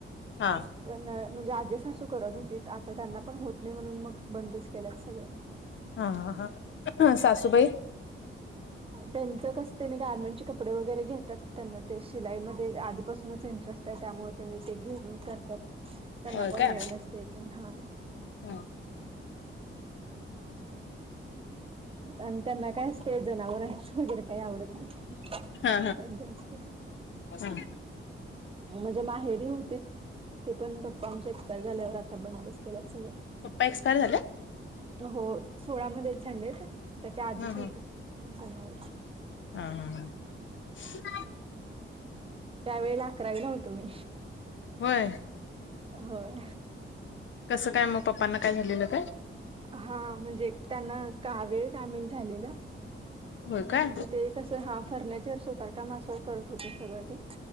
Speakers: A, on the left (about 65°); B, on the right (about 25°).
A: हा.
B: पण म्हणजे आजे सासू करत होती, आता त्यांना पण होत नाय म्हणून मग बंदच केल्यात सगळं.
A: हा हा <unintelligible> सासूबाई.
B: त्यांच कसं त्यांनी गार्मेंटचे कपडे वगैरे घेतात त्यांना ते शिलाई ते आधीपासूनच इंटरेस्ट हाय त्यामुळे, त्यांनी ते घेऊन करतात, त्यांना
A: होय
B: पण
A: काय
B: वेळ ते काय हा.
A: हा.
B: अन त्यांना काय असतय जनावर वगैरे काय आवडत नाही
A: हा
B: जास्त.
A: हा.
B: म्हजे माहेरी होती हुतित ते पण पप्पा आमचे <unintelligible> झाल्यावर आता बंदच केलंत सगळं.
A: पप्पा एक्स्पायर झाले?
B: हो सोळामध्येच झालेत त्याच्या आधीच
A: हा
B: होते
A: हा
B: जनावर
A: हा हा हा
B: त्यावेळेला अकरावी होतो मी
A: होय,
B: होय
A: कस काय? मग पप्पांना काय झालेलं काय?
B: हा म्हणजे त्यांना कावीळ धामीन झालेला,
A: होय
B: म्हणजे
A: काय
B: ते कसं हा फर्निचर सुतार काम असं करत होते सगळं ते,